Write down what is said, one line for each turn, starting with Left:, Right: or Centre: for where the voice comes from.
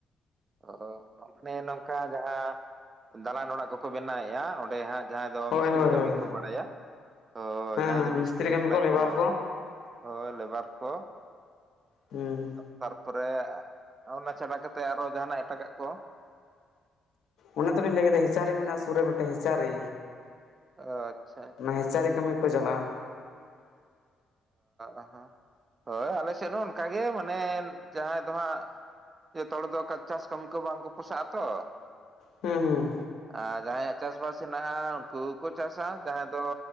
Right: ᱚ ᱢᱟᱱᱮ ᱱᱚᱝᱠᱟ ᱡᱟᱸᱦᱟ ᱫᱟᱞᱟᱱ ᱚᱲᱟᱜ ᱠᱚᱠᱚ ᱵᱮᱱᱟᱣᱮᱫᱼᱟ ᱚᱸᱰᱮ ᱦᱟᱸᱜ ᱡᱟᱦᱟᱸᱭ ᱫᱚ
Left: ᱦᱳᱭ
Right: ᱢᱤᱥᱛᱨᱤ
Left: ᱦᱳᱭ
Right: ᱠᱟᱹᱢᱤ
Left: ᱦᱳᱭ
Right: ᱠᱚ ᱵᱟᱲᱟᱭᱟ, ᱦᱳᱭ
Left: ᱦᱮᱸ
Right: ᱡᱟᱦᱟᱸᱭ
Left: ᱦᱮᱸ
Right: ᱫᱚ ᱢᱤᱥᱛᱨᱤ
Left: ᱠᱟᱹᱢᱤ
Right: ᱠᱟᱱᱟ
Left: ᱞᱮᱵᱟᱨ
Right: ᱠᱚ᱾ ᱦᱳᱭ ᱞᱮᱵᱟᱨ ᱠᱚ
Left: ᱦᱩᱸ
Right: ᱟᱨ ᱛᱟᱨᱯᱚᱨᱮ ᱚᱱᱟ ᱪᱷᱟᱰᱟ ᱠᱟᱛᱮ ᱟᱨᱚ ᱡᱟᱸᱦᱟᱱᱟᱜ ᱮᱴᱟᱜᱟᱜ ᱠᱚ᱾
Left: ᱚᱱᱮ ᱛᱚᱞᱤᱧ ᱞᱟᱹᱭ ᱠᱮᱫᱟ ᱦᱮᱸᱪᱟᱨᱮ ᱢᱮᱱᱟᱜᱼᱟ ᱥᱩᱨ ᱨᱮ ᱢᱤᱫᱴᱟᱝ ᱦᱮᱸᱪᱟᱨᱮ
Right: ᱟᱪᱪᱷᱟ ᱟᱪᱪᱷᱟ
Left: ᱚᱱᱟ ᱦᱮᱸᱪᱟᱨᱮ ᱠᱟᱹᱢᱤ ᱠᱚ ᱪᱟᱞᱟᱜᱼᱟ᱾
Right: ᱚ ᱦᱚᱸ, ᱦᱳᱭ ᱟᱞᱮ ᱥᱮᱫ ᱦᱚᱸ ᱚᱱᱠᱟᱜᱮ ᱢᱟᱱᱮ ᱡᱟᱦᱟᱸᱭ ᱫᱚ ᱦᱟᱸᱜ ᱡᱚᱛᱚ ᱦᱚᱲ ᱫᱚ ᱠᱟ ᱪᱟᱥ ᱠᱟᱹᱢᱤ ᱠᱚ ᱵᱟᱝ ᱠᱚ ᱯᱚᱥᱟᱜ-ᱟ ᱛᱚ᱾
Left: ᱦᱩᱸ ᱦᱩᱸ᱾
Right: ᱟᱨ ᱡᱟᱦᱟᱸᱭᱟᱜ ᱪᱟᱥᱵᱟᱥ ᱦᱮᱱᱟᱜᱼᱟ ᱩᱱᱠᱩ ᱜᱮᱠᱚ ᱪᱟᱥᱟ ᱡᱟᱦᱟᱸᱭ ᱫᱚ